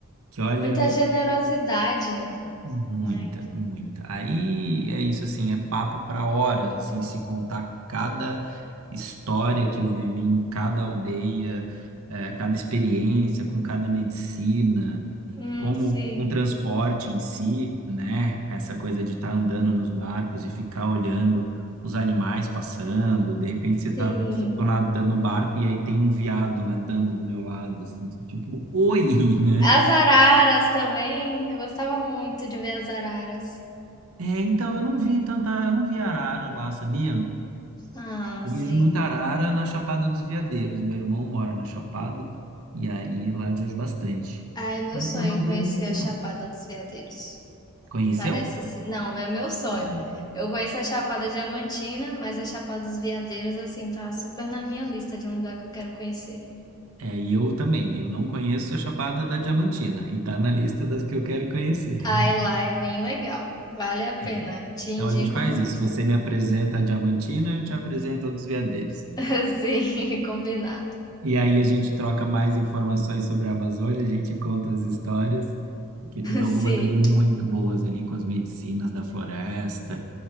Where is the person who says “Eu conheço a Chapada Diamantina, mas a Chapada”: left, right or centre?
Left